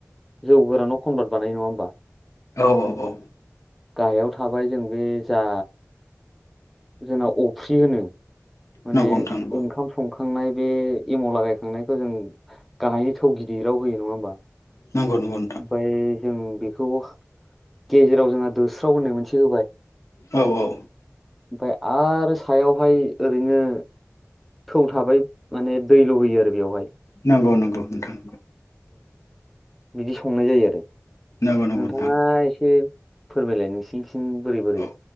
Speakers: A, in the centre; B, on the left.
A: जौ गोरान न' कनभार्ट <unintelligible> बानाय नङा होमबा?
B: औ औ औ
A: गाहायाव थाबाय जों बे जा जोंना अफ्रि होनो माने
B: नंगौ नोंथां नंगौ
A: ओंखाम संखाम हुखांनाय बे एमाव लागायखांनायखौ जों गाहायनि थौ गिदिर राव होयो नङा होमबा?
B: नंगौ नंगौ नोथां
A: ओमफ्राय जों बेखौबो गेजेराव जोंहा दोस्राव होननाय मोनसे होबाय ।
B: औ औ
A: ओमफ्राय आरो सायावहाय ओरैनो थौ थाबाय माने दै लुहैयो आरो बेवहाय
B: नंगौ नंगौ नोंथां
A: बिदि संनाय जायो आरो
B: नंगौ नंगौ
A: नोंथाङा
B: नोंथां
A: एसे फोरमायलायनोसै ओम बोरै बोरै
B: औ